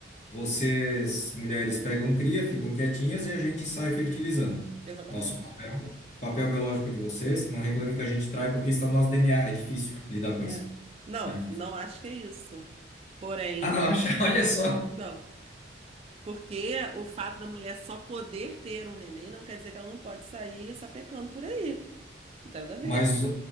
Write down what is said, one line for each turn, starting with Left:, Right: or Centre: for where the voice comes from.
Left: Vocês, mulheres, pegam cria, ficam quietinhas e a gente sai fertilizando.
Right: Exatamente,
Left: Nosso papel, papel biológico de vocês, não reclamem que a gente trai porque está no nosso DNA, é difícil lidar com
Right: né?
Left: isso,
Right: Não,
Left: né?
Right: não acho que é isso. Porém,
Left: Ah, não, acha, <laughs> olha só.
Right: não. Porque o fato da mulher só poder ter um neném não quer dizer que ela não pode sair sapecando por aí. Não tem nada a ver.
Left: Mas,